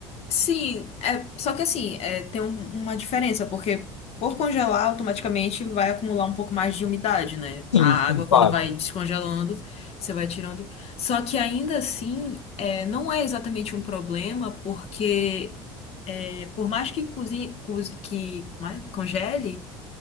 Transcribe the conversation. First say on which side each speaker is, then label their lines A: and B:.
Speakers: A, on the left (about 45°); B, on the left (about 85°).
A: sim, é, só que assim, é, tem um- uma diferença, porque por congelar, automaticamente vai acumular um pouco mais de umidade, né?
B: Sim,
A: A
B: sim,
A: água,
B: claro.
A: quando vai descongelando, você vai tirando. Só que ainda assim, é, não é exatamente um problema, porque é, por mais que cozinhe, cozi- que, como é? congele,